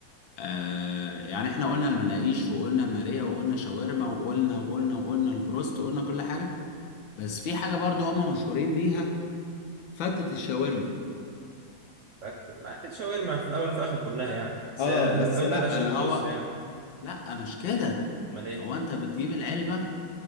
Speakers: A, on the left; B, on the right.
A: آه يعني احنا قلنا المناقيش وقلنا ماريا وقلنا شاورما وقلنا وقلنا وقلنا البروست وقلنا كل حاجه بس في حاجه برضو هما مشهورين بيها فتة الشاورما
B: فأنت- ما- الشاورما في الاول وفي الاخر كلها يعني بس
A: اه
B: هي
A: بس
B: زود
A: لا
B: عليها شويه
A: اللي هو
B: رز يعني
A: لا مش كده
B: امال ايه
A: هو انت بتجيب العلبه